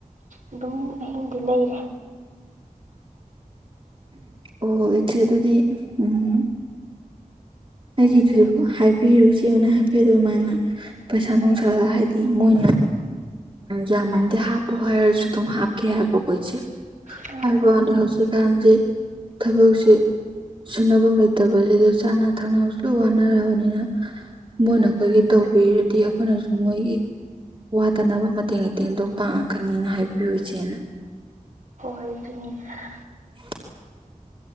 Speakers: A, on the right; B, on the right.
A: ꯑꯗꯨꯝ ꯑꯍꯤꯡꯗꯤ ꯂꯩꯔꯦ
B: ꯑꯣ ꯏꯆꯦ ꯑꯗꯨꯗꯤ ꯎꯝ ꯑꯩꯒꯤꯗꯨ ꯍꯥꯏ ꯄꯤꯔꯨ ꯏꯆꯦ ꯍꯣꯏꯅ ꯍꯥꯏꯐꯦꯠ ꯑꯗꯨꯃꯥꯏꯅ ꯄꯩꯁꯥ ꯅꯨꯡꯁꯥ ꯍꯥꯏꯗꯤ ꯃꯣꯏꯅ ꯌꯥꯃꯟꯗꯦ ꯍꯥꯞꯄꯣ ꯍꯥꯏꯔꯁꯨ ꯑꯗꯨꯝ ꯍꯥꯞꯀꯦ ꯍꯥꯏꯕ ꯀꯣ ꯏꯆꯦ
A: ꯍꯣꯏ
B: ꯍꯥꯏꯕꯋꯥꯅꯤ ꯍꯧꯖꯤꯀꯥꯟꯖꯤ ꯊꯕꯛꯁꯤ ꯁꯨꯅꯐꯝ ꯂꯩꯇꯕꯁꯤꯗ ꯆꯥꯅ ꯊꯛꯅꯕꯁꯨ ꯂꯣꯏ ꯋꯥꯅꯔꯕꯅꯤꯅ ꯃꯣꯏꯅ ꯑꯩꯈꯣꯏꯒꯤ ꯇꯧꯕꯤꯔꯗꯤ ꯑꯩꯈꯣꯏꯅꯁꯨ ꯃꯣꯏꯒꯤ ꯋꯥꯠꯇꯅꯕ ꯃꯇꯦꯡ ꯏꯇꯦꯡ ꯑꯗꯨꯝ ꯄꯥꯡꯉꯛꯀꯅꯤꯅ ꯍꯥꯏꯕꯤꯌꯨ ꯏꯆꯦꯅ
A: <unintelligible>
B: <inaudible>